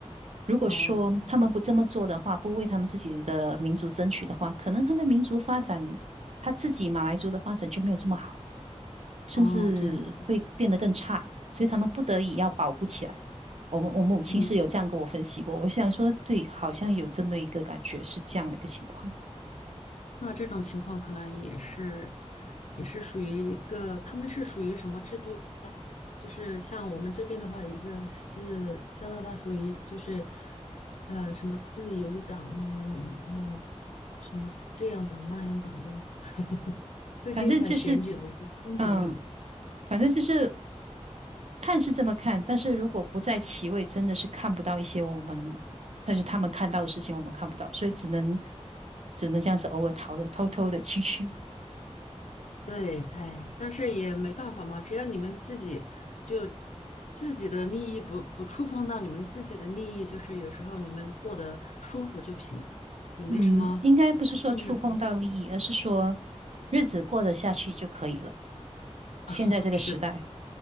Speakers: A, on the right; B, on the left.
A: 如果说他们不这么做的话，
B: 哦这样
A: 不为他们自己的民族争取的话，可能他的民族发展，他自己马来族的发展就没有这么好，甚至会变得更差，
B: 哦这样，
A: 所以他们不得已要保护起来。我们我母亲是有这样跟我分析过，
B: 嗯。
A: 我想说，对，好像有这么一个感觉，是这样的一个情况。
B: 那这种情况可能也是，也是属于一个，他们是属于什么制度呢？就是像我们这边的话，一个是加拿大属于就是呃什么自由党呢，民呃什么这样党那样党的，<laughs> 最近才选举了一个新总理。
A: 反正就是，嗯，反正就是看是这么看，但是如果不在其位，真的是看不到一些我们，但是他们看到的事情我们看不到，所以只能只能这样子偶尔讨论，偷偷的蛐蛐。
B: 对，哎，但是也没办法嘛，只要你们自己就自己的利益不不触碰到你们自己的利益，就是有时候你们过得舒服就行了，也没什么太重要的。
A: 嗯，应该不是说触碰到利益，而是说日子过得下去就可以了。现在这个时代，
B: <laughs> 是的，